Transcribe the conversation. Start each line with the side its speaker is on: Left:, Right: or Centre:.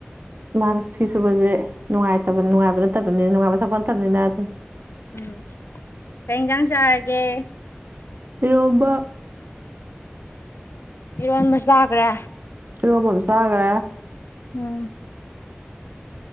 Right: ꯃꯥꯅ ꯐꯤ ꯁꯨꯕꯁꯦ ꯅꯨꯡꯉꯥꯏꯇꯕ ꯅꯨꯡꯉꯥꯏꯕ ꯅꯠꯇꯕꯅꯤ ꯅꯨꯡꯉꯥꯏꯕ ꯊꯛ ꯅꯠꯇꯕꯅꯤꯅ ꯑꯗꯨꯝ
Left: ꯎꯝ ꯀꯔꯤ ꯏꯟꯖꯥꯡ ꯆꯥꯔꯒꯦ
Right: ꯏꯔꯣꯝꯕ
Left: ꯏꯔꯣꯟꯕ ꯆꯥꯈ꯭ꯔꯦ
Right: ꯏ ꯍꯝꯁ ꯍꯥꯏꯒ꯭ꯔꯦ
Left: ꯎꯝ